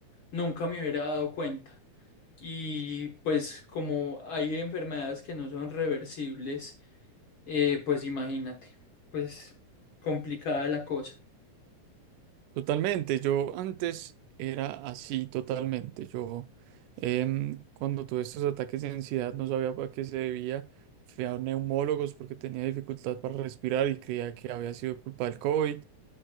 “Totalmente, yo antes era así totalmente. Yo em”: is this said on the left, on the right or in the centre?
Right